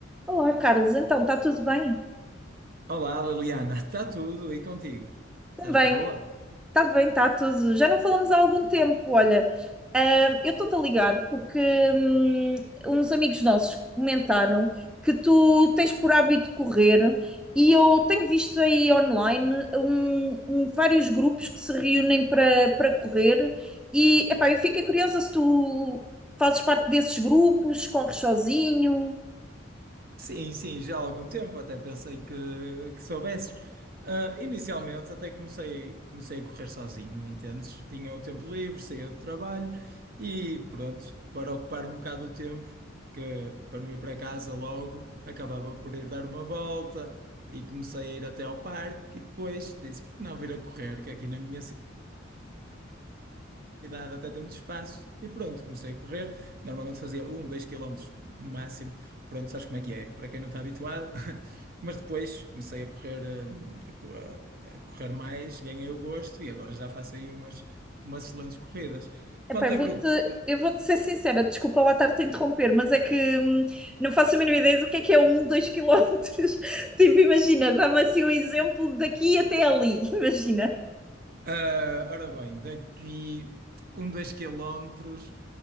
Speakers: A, in the centre; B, on the right.
A: Olá, Carlos. Então, está tudo bem?
B: Olá, Liliana, <laughs> está tudo e contigo?
A: Também.
B: Estás boa?
A: Está bem, está tudo. Já não falamos há algum tempo. Olha, ah, eu estou-te a ligar porque hum, uns amigos nossos comentaram que tu tens por hábito correr e eu tenho visto aí online um- um- vários grupos que se reúnem para para correr e, epá, eu fiquei curiosa se tu fazes parte desses grupos, corres sozinho.
B: Sim, sim, já há algum tempo, até pensei que, que soubesses. Ah, inicialmente até comecei, comecei a correr sozinho, entendes? Tinha o tempo livre, saía do trabalho e pronto, para ocupar um bocado o tempo, que para não ir para casa logo, acabava por ir dar uma volta e comecei a ir até ao parque e depois disse, por que não vir a correr, que aqui na minha cidade cidade até tem muito espaço. E pronto, comecei a correr. Normalmente fazia um, dois quilómetros no máximo. Pronto, sabes como é que é, para quem não está habituado. <laughs> Mas depois comecei a correr, eh, a, co- a- a correr mais, ganhei o gosto e agora já faço aí umas, umas excelentes corridas. Quanto
A: Epá, eu vou-te,
B: a grupos, eh,
A: eu vou-te ser sincera, desculpa lá estar-te a interromper, mas é que hum, não faço a mínima ideia do que é que é um, dois quilómetros. <laughs> Tipo, imagina, dá-me assim um exemplo daqui até ali, <laughs> imagina.
B: ah, ora bem, daqui um, dois quilómetros